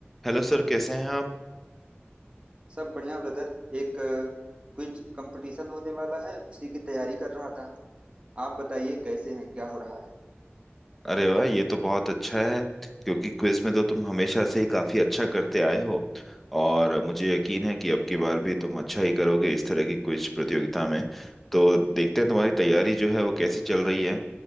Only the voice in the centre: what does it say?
Hello sir कैसे हैं आप
अरे वाह ये तो बहुत अच्छा है क्योंकि क्विज में तो तुम हमेशा से ही काफी अच्छा करते आए हो और मुझे यकीन है कि अब की बार भी तुम अच्छा ही करोगे इस तरह की क्विज प्रतियोगिता में तो देखते हैं तुम्हारी तैयारी जो है वो कैसी चल रही है